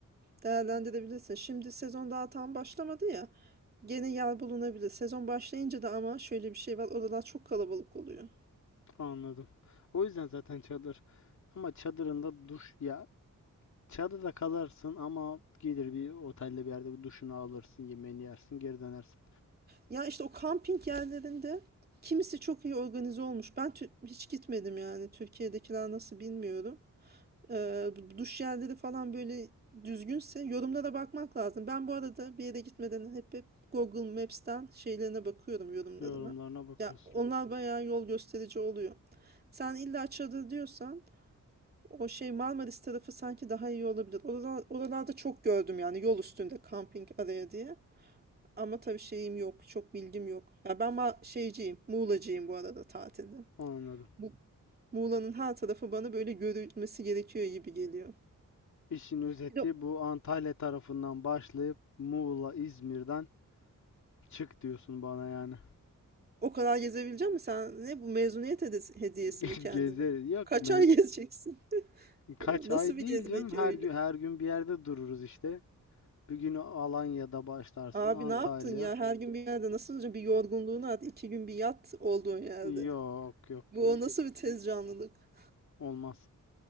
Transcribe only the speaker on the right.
değerlendirebilirsin. Şimdi sezon daha tam başlamadı ya. Gene yer bulunabilir. Sezon başlayınca da ama şöyle bir şey var. Oralar çok kalabalık oluyor.
Ya işte o kamping yerlerinde kimisi çok iyi organize olmuş. Ben tü- hiç gitmedim yani. Türkiye'dekiler nasıl bilmiyorum. Ee, bu duş yerleri falan böyle düzgünse yorumlara bakmak lazım. Ben bu arada bir yere gitmeden hep, hep Google Maps'ten şeylerine bakıyorum yorumlarına.
Ya onlar bayağı yol gösterici oluyor. Sen illa çadır diyorsan o şey Marmaris tarafı sanki daha iyi olabilir. Oralar, oralarda çok gördüm yani yol üstünde kamping araya diye. Ama tabii şeyim yok. Çok bilgim yok. Ya ben ma- şeyciyim. Muğlacıyım bu arada tatilde.
Bu Muğla'nın her tarafı bana böyle görülmesi gerekiyor gibi geliyor.
Bir de
o kadar gezebilecek mi Sen ne bu mezuniyet hede- hediyesi
mi kendine?
Kaç
ay gezeceksin?
O Nasıl
bir
gezmek
öyle?
Abi
ne yaptın ya? Her gün bir yerde nasıl olacak? Bir yorgunluğunu at. iki gün bir yat olduğun yerde.
Bu o
nasıl bir tez canlılık?